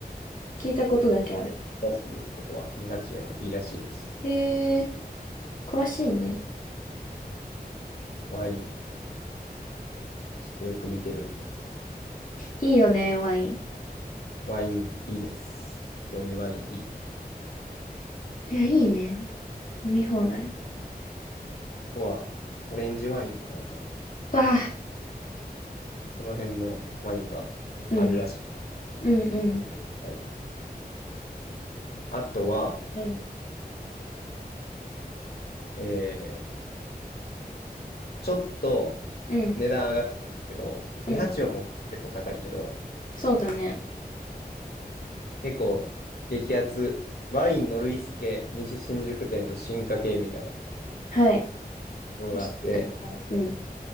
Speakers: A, on the left; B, on the left.
A: 聞いたことだけある。
B: らしいです、ここは。284いいらしいです。
A: へえ、詳しいね。
B: ワイン、ちょっとよく見てるんでさ。
A: いいよね、ワイン。
B: ワインいいです。非常にワインいい。
A: いや、いいね。飲み放題。
B: ここは、オレンジワインとかなんか、
A: わあ、
B: その辺のワインがあるらしい。
A: うん、うん、うん、
B: はい、あとは、
A: うん、
B: えー、ちょっと
A: うん、
B: 値段上がってくるんだけど、
A: うん、
B: 284も結構高いけど、
A: そうだね。
B: 結構激アツ、ワインノルイスケ西新宿店の進化系みたいなと
A: はい。
B: ころがあって、
A: 教えてください。うん、